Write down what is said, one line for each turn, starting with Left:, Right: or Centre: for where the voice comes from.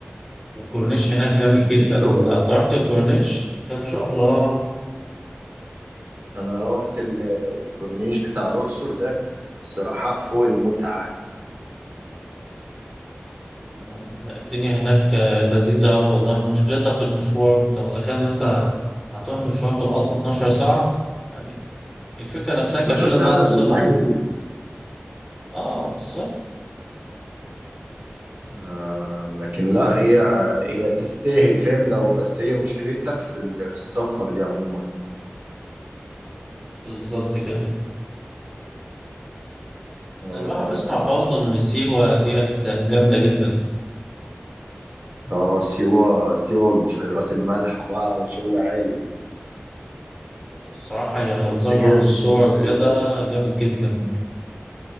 Centre: الكورنيش هناك جامد جدا
Right: كانت شغل
Centre: أنت
Right: ولا
Centre: رحت
Right: إيه؟
Centre: الكورنيش كان شغل اه
Right: انا رحت ال- الكورنيش بتاع الاقصر ده الصراحه فوق المتعه
Centre: يعني الدنيا هناك آه، لذيذة أوي والله مشكلتها في المشوار أنت متخيل إن أنت هتروح مشوار بالقطر 12 ساعة يعني الفكرة نفسها
Right: 12
Centre: كفيلة
Right: ساعه
Centre: إنها توصلك
Right: ده بالميت
Centre: اه بالظبط
Right: آه لكن لا هي هي تستاهل فاهم لو بس هي مشكلتها في ال- في السفر دي عموما
Centre: بالظبط كده
Right: اه
Centre: الواحد بيسمع برضه إن سيوة ديت جامدة جدا
Right: اه سيوه سيوه والبحيرات المالحه بقى وشغل عالي
Centre: الصراحة هي منظرها
Right: انت كده
Centre: من
Right: بتتكلم
Centre: الصور
Right: في حاجات
Centre: كده جامد جدا